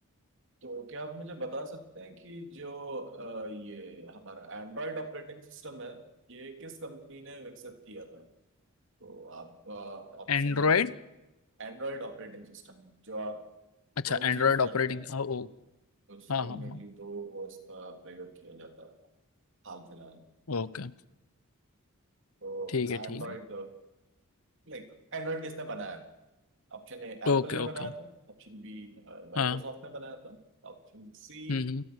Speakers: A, on the right; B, on the left.
A: तो क्या आप मुझे बता सकते हैं कि जो अ, ये हमारा एंड्रॉयड ऑपरेटिंग सिस्टम है ये किस कंपनी ने विकसित किया था तो आपका ऑप्शन
B: एंड्रॉयड
A: है एंड्रॉइड ऑपरेटिंग सिस्टम जो आप
B: अच्छा
A: फोन
B: एंड्रॉयड
A: से यूज
B: ऑपरेटिंग
A: करते हैं
B: ओ, ओ
A: उसके
B: हाँ हाँ
A: मेनली
B: हाँ
A: दो ओएस का प्रयोग किया जाता है हाल फिलहाल
B: ओके
A: तो
B: ठीक
A: एंड्रॉइड
B: है ठीक है
A: लाइक एंड्रॉइड किसने बनाया था? ऑप्शन ए एप्पल
B: Okay
A: ने बनाया
B: okay
A: था ऑप्शन बी माइक्रोसॉफ्ट
B: हाँ
A: ने बनाया था ऑप्शन सी
B: हम्म हम्म